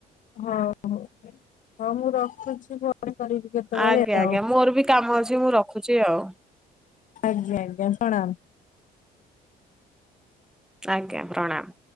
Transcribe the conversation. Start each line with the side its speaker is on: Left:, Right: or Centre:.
Left: ହଉ ହଉ ମୁଁ ରଖୁଚି ପରେ କରିବି। କେତେବେଳେ
Centre: ଆଜ୍ଞା
Left: ଆଉ।
Centre: ଆଜ୍ଞା ମୋର ବି କାମ ଅଛି ମୁଁ ରଖୁଚି ଆଉ।
Left: ଆଜ୍ଞା ଆଜ୍ଞା ପ୍ରଣାମ।
Centre: ଆଜ୍ଞା ପ୍ରଣାମ।